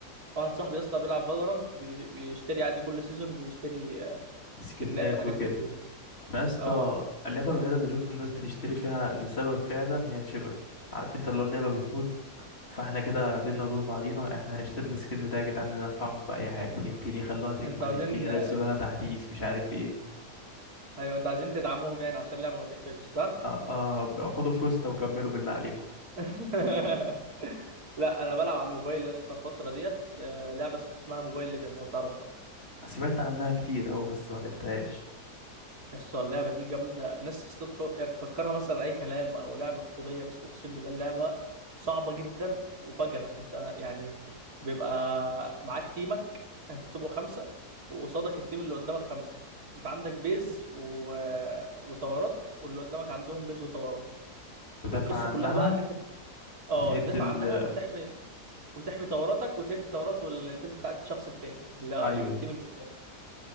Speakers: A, on the right (about 65°); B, on the left (about 40°).
A: واحد صاحبي يا اسطى بيلعب فالورانت بيشتري عادي كل سيزون بيشتري آه،
B: سكنات
A: سكنات وحاجات
B: وكده
A: من دي
B: انا يا اسطى
A: اه
B: اللعبه الوحيده اللي شفت الناس بتشتري فيها لسبب فعلا هي تشيفرتي عارف انت اللي هو اللعبه بتموت فاحنا كده بينا وبين بعضينا احنا هنشتري السكن ده يا جدعان ننفعهم باي حاجه يمكن يخلوها تكمل
A: انتوا عايزين
B: يمكن ينزلوا
A: آه،
B: لها تحديث
A: انت...
B: مش عارف ايه
A: ايوه انتوا عايزين تدعموهم يعني عشان اللعبه ما تقفلش صح؟
B: اه اه خدوا فلوسنا وكملوا بالله عليكم
A: <laughs> لا انا بلعب على الموبايل يا اسطى الفتره ديت آه، لعبه اسمها موبايل ليجند لو تعرفها
B: سمعت عنها كتير أوي بس ما لعبتهاش
A: يس اللعبة دي جامدة ناس تست- يعني تفكرها مثلا أي كلام أو لعبة طفولية بس أقسم بالله اللعبة صعبة جدا وفجرة أنت يعني بيبقى معاك تيمك أنتوا بتبقوا خمسة وقصادك التيم اللي قدامك خمسة أنت عندك بيز و... وطورات واللي قدامك عندهم بيز وطورات
B: تدافع
A: القصة
B: عنها
A: كلها بقى إن أنت أه
B: وتهد
A: تدافع
B: ال
A: عنها وتحمي وتحمي طوراتك وتدي طورات والبيز بتاعت الشخص التاني اللي هو
B: أيوه
A: التيم اللي قدامك